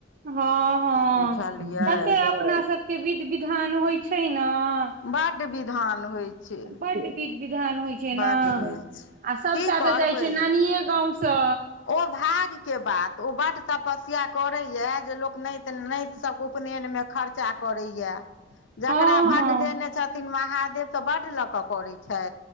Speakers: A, on the right; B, on the left.
A: हँ हँ
B: बुझलियै
A: जते अपना सब। के विध विधान होइ छै न।
B: बड्ड विधान होइ छै।
A: बड विध विधान होइ छै न
B: बड्ड होइ छै
A: आ सबटा
B: की करबै
A: तऽ जाइ छै नानिये गाँंव सँ।
B: ओ भाग्य के बात ओ बड तपस्या करैया जे लोक नैत न। सभ उपनैनमे खर्चा करैए। जकरा
A: हँ
B: बड्ड देने छथिन महादेव तऽ बड्ड लऽ कऽ करै छै।